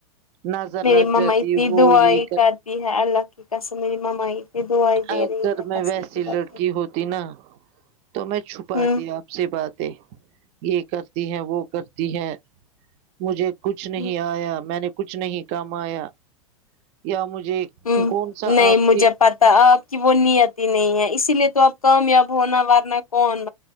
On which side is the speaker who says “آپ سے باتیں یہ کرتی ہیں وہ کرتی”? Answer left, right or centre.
Right